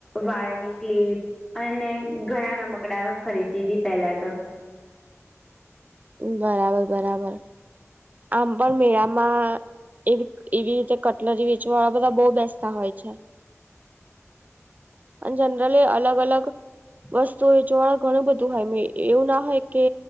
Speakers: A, in the centre; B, on the right.
A: વાળની ક્લિપ અને ઘણા રમકડાં ખરીદી હતી પહેલાં તો.
B: બરાબર, બરાબર, આમ પણ મેળામાં એવી એવી રીતે કટલરી વેચવાવાળા બધા બહુ બેસતા હોય છે. અને જનરલી અલગ અલગ વસ્તુ વેચવાવાળા ઘણું બધું હોય એવું, ના હોય કે